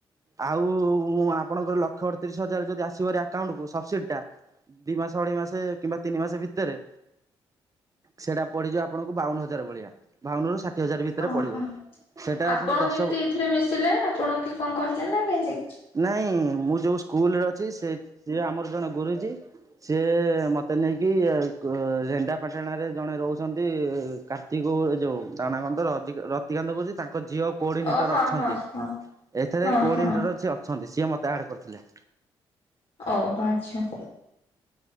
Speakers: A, on the right; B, on the left.
A: ଆଉ ଆପଣଙ୍କର ଲକ୍ଷେ ଅଡତିରିଶ ହଜାର ଯଦି ଆସିବାର ଆକାଉଣ୍ଟ କୁ ସବସିଡି ଦି ମାସ ଅଢେଇ ମାସ କିମ୍ବା ତିନି ମାସ ଭିତରେ ସେଇଟା ପଡିିଯିବ ଆପଣଙ୍କୁ ବାଉନ ହଜାର ଭଳିଆ ବାଉନରୁ ଷାଠିଏ ହଜାର ଭିତରେ
B: ଓହୋ
A: ପଡିବ। ସେଇଟା
B: ଆପଣ
A: ପୁଣି ଦଶ
B: କେମିତି ଏଇଥିରେ ମିଶିଲେ ଆପଣ ଙ୍କୁ କିଏ କଣ କହିଲେ ନା କେମତି
A: ନାଇଁ ମୁଁ ଯୋଉ ସ୍କୁଲରେ ଅଛି ସେ ସିଏ ଆମର ଜଣେ ଗୁରୁଜୀ ସିଏ ମତେ ନେଇକି ରେଣନ୍ଦା ପଟଣା ଜଣେ ରହୁଛନ୍ତି କାର୍ତ୍ତିକ ଯେଉଁ ତାଙ୍କ ନାଁ କଣ ର ର ରତିକା ରତିକାନ୍ତ ଗୁରୁଜୀ ତାଙ୍କ ଝିଅ କୋଡିନେଟର
B: ଓ ହଁ
A: ଅଛନ୍ତି
B: ହଁ ହଁ
A: ଏଥରେ
B: ହଁ
A: କୋଡିନେଟର
B: ହଁ
A: ଅ ଅଛନ୍ତି ସିଏ ମୋତେ ଆଡ଼୍ କରିଥିଲେ।
B: ଓହୋ ଆଚ୍ଛା।